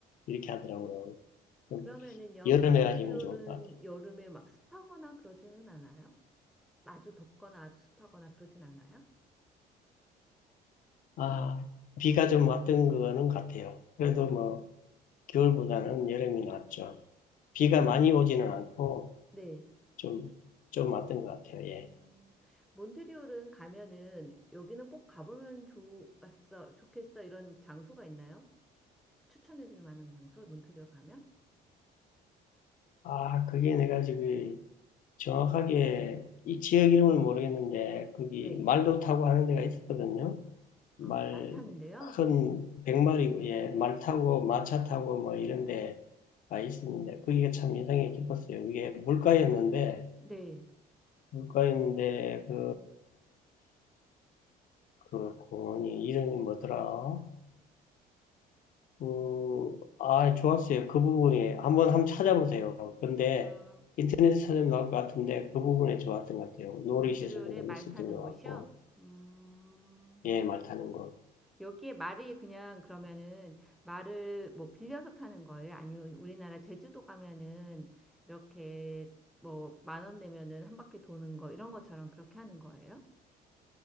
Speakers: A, on the left; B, in the centre.
A: 이렇게 하더라고요. 좀
B: 그러면은요,
A: 여름에
B: 몬트리올은
A: 가시면 좋을 것 같아요.
B: 여름에 막 습하거나 그러지는 않아요? 아주 덥거나 아주 습하거나 그러진 않아요?
A: 아, 비가 좀 왔던 거는 같아요. 그래도
B: 아,
A: 뭐 겨울보다는 여름이 낫죠. 비가
B: 그,
A: 많이 오지는 않고
B: 네.
A: 좀, 좀 왔던 것 같아요. 예.
B: 음, 몬트리올은 가면은 여기는 꼭 가보면 좋았어, 좋겠어 이런 장소가 있나요? 추천해 줄 만한 장소, 몬트리올 가면?
A: 아, 그게 내가 지금 정확하게 이 지역 이름을 모르겠는데 거기
B: 네.
A: 말도 타고 하는 데가 있었거든요. 말,
B: 아, 말 타는데요?
A: 큰, 백마리, 예, 말 타고, 마차 타고, 뭐, 이런 데가 있습니다. 그게 참 인상이 깊었어요. 이게 물가였는데,
B: 네.
A: 물가였는데, 그, 그 공원이 이름이 뭐더라? 그, 아, 좋았어요. 그 부분이. 한번 한번 찾아보세요. 근데,
B: 아,
A: 인터넷에 찾으면 나올 것 같은데, 그 부분에 좋았던 것 같아요. 놀이시설도
B: 몬트리올에
A: 좀
B: 말
A: 있었던
B: 타는
A: 것
B: 곳이요?
A: 같고,
B: 음,
A: 예, 말 타는 거.
B: 여기에 말이 그냥 그러면은 말을 뭐 빌려서 타는 거예요? 아니면 우리나라 제주도 가면은 이렇게 뭐 만 원 내면은 한 바퀴 도는 거 이런 것처럼 그렇게 하는 거예요?